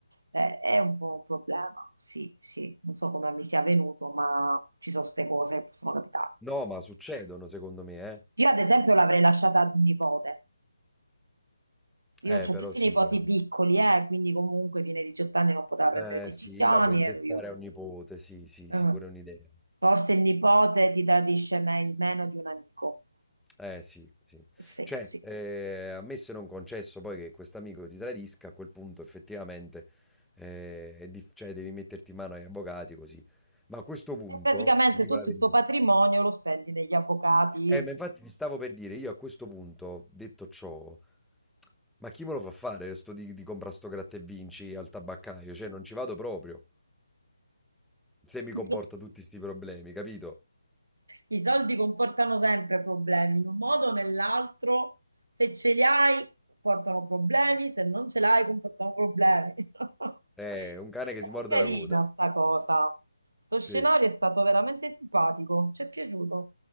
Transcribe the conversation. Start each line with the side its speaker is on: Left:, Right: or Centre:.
Right: eh, è un po' un problema. Sì, sì, non so come mi sia venuto, ma ci sono queste cose che possono capitare.
Centre: No, ma succedono secondo me,
Right: Io ad esempio l'avrei lasciata ad un nipote.
Centre: eh.
Right: Io ho
Centre: Eh, però
Right: tutti
Centre: sì,
Right: i nipoti
Centre: pure.
Right: piccoli, eh, quindi comunque fine 18 anni non poteva
Centre: Eh
Right: prendere decisioni,
Centre: sì, la puoi intestare
Right: ero io.
Centre: a un nipote, sì, sì,
Right: Eh,
Centre: sì, pure è un'idea.
Right: Forse il nipote ti tradisce me- meno di un amico.
Centre: Eh sì, sì.
Right: Sì,
Centre: Cioè,
Right: sì.
Centre: eh, ammesso e non concesso poi che quest'amico ti tradisca, a quel punto effettivamente eh, è dif- cioè, devi metterti in mano agli avvocati così. Ma a questo punto,
Right: E praticamente
Centre: ti dico
Right: tutto
Centre: la verità.
Right: il tuo patrimonio lo spendi negli avvocati.
Centre: Eh, ma infatti ti stavo per dire, io a questo punto, detto ciò, ma chi me lo fa fare sto di, di comprare sto gratta e vinci al tabaccaio? Cioè, non ci vado proprio, se mi comporta
Right: <laughs>
Centre: tutti sti problemi, capito?
Right: I soldi comportano sempre problemi, in un modo o nell'altro. Se ce li hai, comportano problemi, se non ce l'hai, comportano problemi. <laughs>
Centre: È un cane che
Right: Però
Centre: si morde
Right: carina
Centre: la coda.
Right: sta cosa. Sto
Centre: Sì,
Right: scenario è stato veramente simpatico, ci è piaciuto.